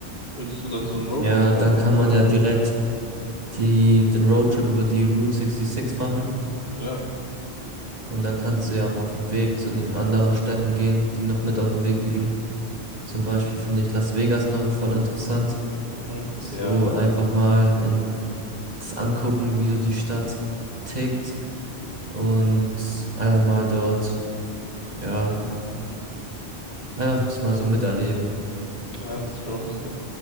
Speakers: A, on the left; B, on the right.
A: Würdest du dann so einen Roadtrip
B: Ja, dann
A: einfach
B: kann
A: machen mal
B: man ja
A: machen?
B: direkt die, den Roadtrip über die Route 66 machen
A: Ja.
B: und dann kannst du ja auch auf dem Weg zu den anderen Städten gehen, die noch mit auf dem Weg liegen. Zum Beispiel finde ich Las Vegas noch voll interessant.
A: Mhm.
B: So
A: Ja.
B: einfach mal in, das angucken, wie so die Stadt tickt und einfach mal dort, ja, einfach das mal so miterleben.
A: Ja, das glaube ich dir.